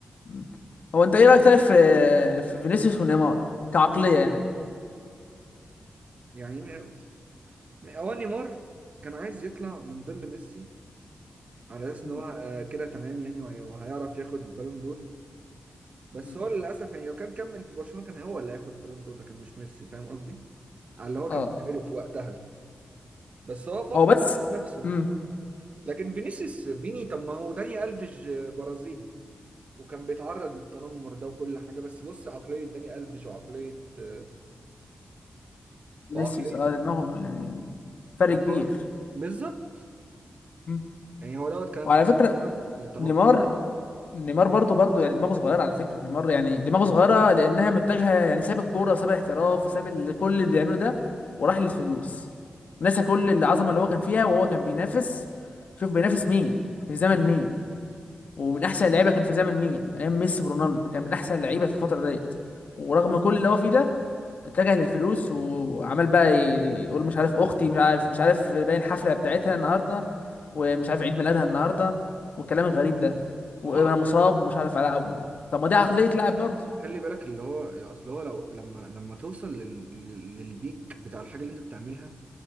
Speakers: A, on the left; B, on the right.
A: أمم. هو انت ايه رايك طيب في في فينيسيوس ونيمار كعقليه يعني
B: يعني م- م- هو نيمار كان عايز يطلع من ظل ميسي على اساس ان
A: أمم.
B: هو آه، كده تمام يعني وهي- وهيعرف ياخد البالون دور بس
A: أمم.
B: هو للاسف يعني لو كان كمل في برشلونة كان هو اللي هياخد البالون دور لكن مش ميسي فاهم قصدي على اللي هو
A: اه
B: كان بيعمله في وقتها بس هو فكر
A: هو بس
B: في نفسه
A: امم
B: لكن فينيسيوس فيني طب ما هو داني الفيج آه، برازيلي وكان بيتعرض للتنمر ده وكل حاجة بس بص عقلية داني الفيج وعقلية آه،
A: فينيسيوس
B: وعقلية
A: اه دماغهم يعني فرق
B: إن
A: كبير
B: هو- بالظبط
A: أمم.
B: يعني هو دوت كان
A: وعلى فكره
B: للتنمر
A: نيمار نيمار برضو برضو يعني دماغه صغيره على فكره نيمار يعني دماغه صغيره لانها متجهه يعني ساب الكوره وساب الاحتراف وساب ال- كل اللي بيعمله ده وراح للفلوس نسى كل العظمه اللي هو كان فيها وهو كان بينافس شوف بينافس مين في زمن مين ومن احسن اللعيبه كان في زمن مين ايام ميسي ورونالدو كان من احسن اللعيبه في الفتره ديت ورغم كل اللي هو فيه ده اتجه للفلوس وعمال بقى ي- يقول مش عارف اختي مش عارف مش عارف باين حفله بتاعتها النهارده ومش عارف عيد ميلادها النهارده والكلام الغريب ده وانا
B: اه
A: مصاب ومش عارف العب طب ما دي عقليه لاعب برضه
B: خلي بالك اللي هو اصل هو لو لما لما توصل لل... لل- للبيك بتاع الحاجه اللي انت بتعملها